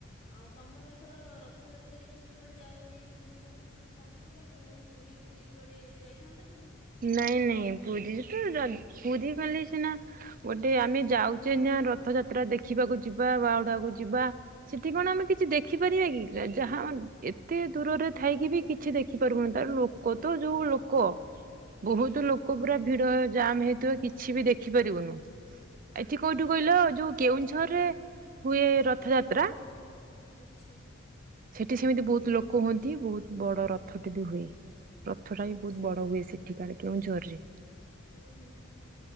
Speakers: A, on the left; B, on the right.
A: ଆଉ ତମର ଏଥର ରଥଯାତ୍ରା ଦେଖିବା ପାଇଁ କୁଆଡ଼େ ଯାଇ ଯିବ ବୋଲି କିଛି ପ୍ଲାନିଂ ଥିଲା କି ମାନେ ପୁରୀ ପୁରୀ କୁଆଡ଼େ ଯାଇଥାନ୍ତ କି?
B: ନାଇଁ
A: ରଥଯାତ୍ରା
B: ନାଇଁ
A: ଦେଖିବା
B: ପୁରୀରେ
A: ପାଇଁ?
B: ପୁରୀ ମାନେ ସିନା ଗୋଟେ ଆମେ ଯାଉଛେ ନା ରଥଯାତ୍ରା ଦେଖିବାକୁ ଯିବା ବାହୁଡାକୁ ଯିବା। ସେଠି କଣ ଆମେ କିଛି ଦେଖିପାରିବା କି ଯାହା ଏତେ ଦୂରରେ ଥାଇକି ବି କିଛି ଦେଖିପାରିବନି ତ କତ ଯୋଉ ଲୋକ ବହୁତ
A: ହୁଁ
B: ଲୋକ ପୁରା ଭିଡ ଜାମ୍ ହେଇଥିବ କିଛି ବି ଦେଖିପାରିବୁନୁ। ଏଠି କୋଉଠୁ
A: ହୁଁ
B: କହିଲ ଯୋଉ କେଉଁଝରରେ ହୁଏ ରଥଯାତ୍ରା।
A: ଆଚ୍ଛା
B: ସେଠି ସେମିତି ବହୁତ ଲୋକ ହୁଅନ୍ତି ବହୁତ ବଡ ରଥଟେ ବି ହୁଏ। ରଥଟା ବି
A: ଆଚ୍ଛା
B: ବହୁତ ବଡ ହୁଏ ସେଠି କାଳେ କେଉଝରରେ
A: ହୁ ହୁଁ